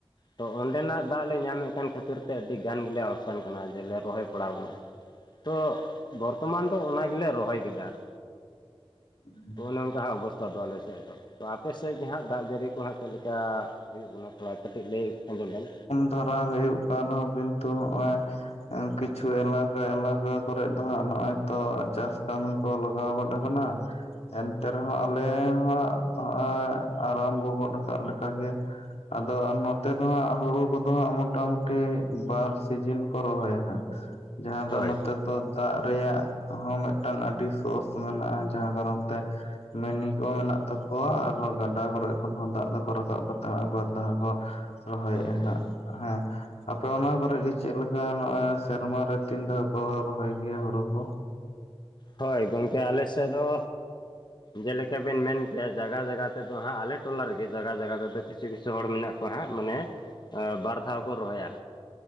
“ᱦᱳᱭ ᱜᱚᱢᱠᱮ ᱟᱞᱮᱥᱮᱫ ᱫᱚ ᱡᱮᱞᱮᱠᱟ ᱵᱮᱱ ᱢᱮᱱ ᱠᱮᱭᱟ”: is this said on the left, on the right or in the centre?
Left